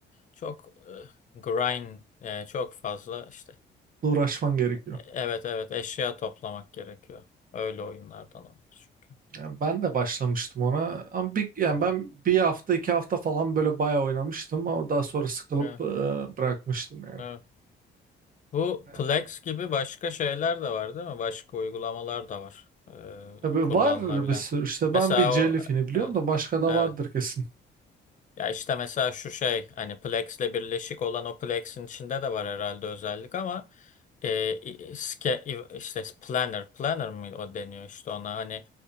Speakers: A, on the left; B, on the right.
A: çok e, grind e, çok fazla işte.
B: uğraşman gerekiyor.
A: E, Evet evet eşya toplamak gerekiyor. Öyle oyunlardan onlar çünkü.
B: Yani ben de başlamıştım ona ama bir, yani
A: Evet
B: ben bir hafta iki hafta falan böyle bayağı oynamıştım ama daha sonra sıkılıp
A: evet.
B: e, bırakmıştım yani.
A: evet. Bu
B: Yani
A: Plex gibi başka şeyler de var değil mi? Başka uygulamalar da var.
B: tabii
A: e, kullanılabilen.
B: var bir sürü işte
A: Mesela
B: ben bir Jellyfin'i
A: o
B: biliyorum
A: evet.
B: da başka da
A: Evet.
B: vardır kesin.
A: Ya işte mesela şu şey hani Plex'le birleşik olan o Plex'in içinde de var herhalde özellik ama e, i- ske- i- işte planner planner mı o deniyor işte ona hani